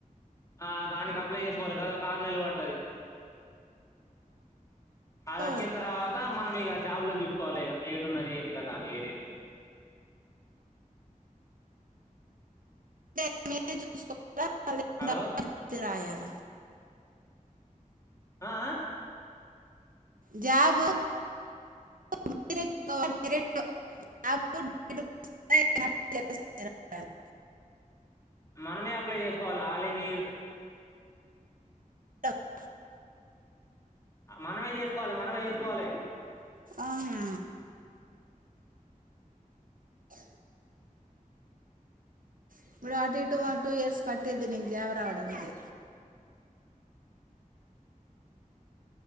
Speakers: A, on the left; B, on the right.
A: ఆ దానికి అప్లై చేసుకోవాలి గది ఒక ఆరు నెల పడుతది అది
B: ఓ
A: వచ్చిన తర్వాత మనం ఇగ జాబులా చూసుకోవాలి ఇగ ఏడున్నది ఏంది కదా అని ఏరేది
B: మేమే చూసుకోలా
A: హలో
B: <unintelligible> రాయాలి
A: ఆ ఆ
B: జాబు <unintelligible> <unintelligible> రాయాల
A: మనమే అప్లై చేసుకోవాలి ఆలే మీరు
B: టప్
A: మనమే చేసుకోవాలి మనమే చేసుకోవాలే
B: ఆహా ఇప్పుడు ఆ టూ ఇటూ టూ ఇయర్స్ పట్టేది నీకు జేబ రావడానికి
A: అంది